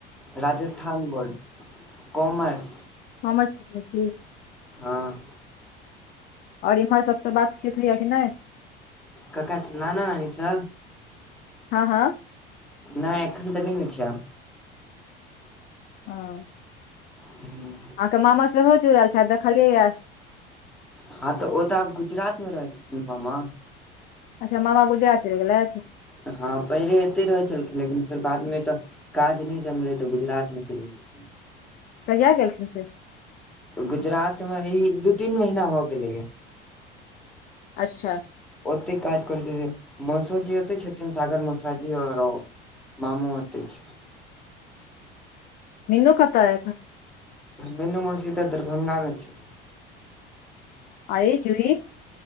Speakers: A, in the centre; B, on the left.
A: राजस्थान बोर्ड से कोमर्स
B: कोमर्स रखने छी
A: हां
B: और ईमहर सबस बातचीत होइया कि नै
A: ककरा स नाना नानी स
B: हां हां
A: नै एखन त नै होइ छै आ
B: ओ
A: हुं
B: अहां के मामा सेहो जुड़ल छैथ देखलियैया
A: हां त ओ त आब गुजरात मे रहै छथिन मामा
B: अच्छा मामा गुजरात चलि गेलथि
A: हँ पहिले एतेय रहै छलखिन लेकिन फेर बादमे एतऽ काज नय जमलै तऽ गुजरात मे चैल गेल खिन
B: कहिया गेलखिन से
A: गुजरात मे इ दू तीन महीना भ गेलै अय
B: अच्छा
A: ओतैय काज करै छथिन मौसोजी ओतैय छथिन सागर मौसाजी और ओ मामू ओतय छै
B: मीनू कतऽ अय एखन
A: मीनू मौसी तऽ दरभंगा मे छै
B: आई जुही